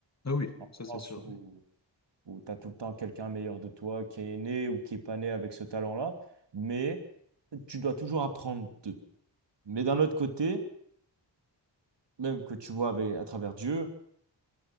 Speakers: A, on the left (about 35°); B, on the right (about 70°).
A: Ah oui,
B: En,
A: ça c'est
B: France
A: sûr.
B: soi,
A: Ouais.
B: où tu as tout le temps quelqu'un meilleur de toi qui est né ou qui est pas né avec ce talent-là, mais tu dois toujours apprendre d'eux. Mais d'un autre côté, même que tu vois avec, à travers Dieu,